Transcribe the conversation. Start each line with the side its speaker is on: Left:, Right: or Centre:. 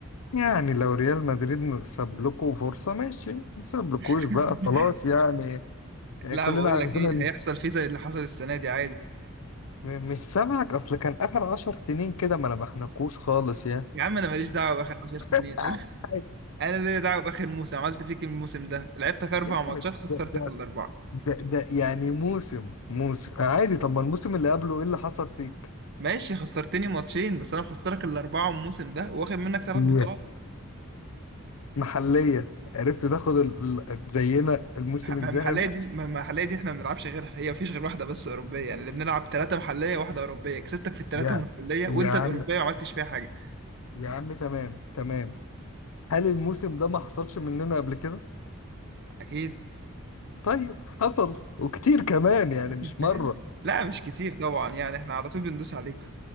Left: يعني لو ريال مدريد ساب لكم فرصه ماشي ما سابلكوش
Right: <laughs>
Left: بقى خلاص يعني يعني
Right: لا
Left: كلنا
Right: بقول
Left: عارفين
Right: لك ايه
Left: ان
Right: هيحصل فيه زي اللي حصل السنة دي عادي
Left: م- مش سامعك اصل كان اخر عشر سنين كده ما نبحناكوش خالص يعني
Right: يا عم انا ماليش دعوه باخر 10 سنين
Left: <laughs>
Right: <laughs>
Left: آه،
Right: انا ليا دعوه باخر موسم عملت فيك إيه الموسم ده لعبتك اربع
Left: يا عم
Right: ماتشات
Left: ده
Right: خسرتك الاربعه
Left: ده ده يعني موسم موسم عادي طب ما الموسم اللي قبله ايه اللي حصل فيك؟
Right: ماشي خسرتني ماتشين بس انا مخسرك الاربعه الموسم ده واخد منك ثلاث
Left: Yeah.
Right: بطولات
Left: محلية عرفت تاخد ال... ال- زينا الموسم
Right: مح-
Left: الذهبي؟
Right: المحليه دي المحليه دي احنا ما بنلعبش غيرها هي مفيش غير واحده بس اوروبيه يعني اللي بنلعب ثلاثه محليه وواحده اوروبيه كسبتك في الثلاثه
Left: يا
Right: المحليه وانت
Left: يا
Right: الاوروبيه
Left: عم
Right: ما عملتش فيها حاجه
Left: يا عم تمام تمام هل الموسم ده ما حصلش مننا قبل كده؟
Right: اكيد
Left: طيب حصل وكتير كمان يعني
Right: <laughs>
Left: مش مرة
Right: لا مش كتير طبعا يعني احنا على طول بندوس عليكم